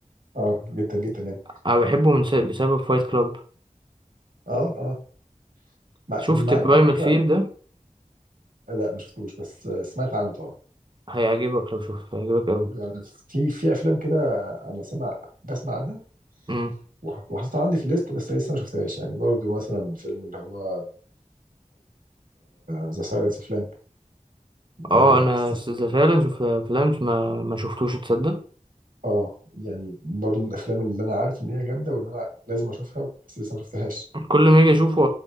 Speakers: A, on the right (about 85°); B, on the right (about 35°).
A: اه جدا جدا يعني
B: أنا بحبه من س- بسبب فايت كلاب
A: اه اه مع,
B: شفت
A: مع
B: برايمال
A: ان على فكره
B: فير ده
A: لا ما شفتوش بس سمعت عنه طبعا
B: هيعجبك لو شفته هيعجبك
A: يعني في في افلام كده انا سمع بسمع عنها
B: أوي
A: وح- وحطيتها عندي في الليست بس لسه ما شفتهاش يعني برضو مثلا فيلم اللي هو ذا سايلنس اوف لام اه The
B: اه
A: Silence of Lamb.
B: انا
A: آه، كس-
B: ذا فالنس في فلانس ما ما شفتوش تصدق
A: آه، يعني برضو من الافلام اللي انا عارف ان هي جامده وان انا لازم اشوفها بس لسه ما شفتهاش
B: كل ما اجي اشوفه